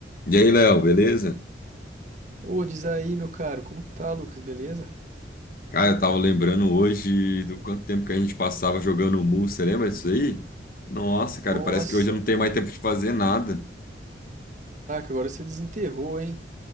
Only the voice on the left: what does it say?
E aí, Léo, beleza?
Cara, eu tava lembrando hoje do quanto tempo que a gente passava jogando Mu, você lembra disso aí? Nossa, cara,
parece que hoje eu não
tenho mais tempo de fazer nada,